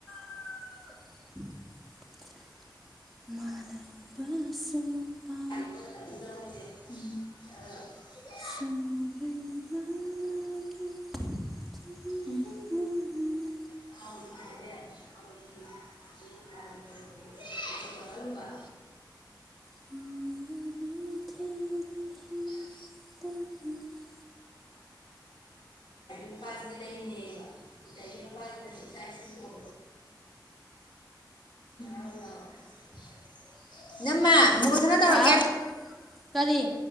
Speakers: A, in the centre; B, on the left.
A: <unintelligible> ꯃꯥꯂꯪ <unintelligible>
B: <unintelligible> ꯇꯝꯊꯤꯅ ꯃꯣꯏꯖꯦ ꯎꯝ <unintelligible>
A: ꯁꯪꯕ꯭ꯔꯩ ꯃꯅꯥꯛꯀꯤ ꯆꯤꯡꯍꯤꯅ
B: ꯎꯝ <unintelligible>
A: <unintelligible> ꯍꯤꯗꯦꯝꯇ
B: <inaudible> ꯅꯨꯄꯥꯁꯤꯗꯤ ꯂꯩꯃꯤꯟꯅꯩꯌꯦꯕ ꯑꯗꯒꯤ ꯅꯨꯄꯥꯁꯤꯅ ꯁꯨꯝ ꯆꯥꯛ ꯏꯁꯤꯡ <inaudible> ꯎꯝ <inaudible> ꯏꯅꯝꯃꯥ ꯑꯃꯨꯛ ꯀꯛꯇꯠꯂꯥ ꯇꯧꯔꯛꯀꯦ
A: ꯍꯥꯎ ꯀꯔꯤ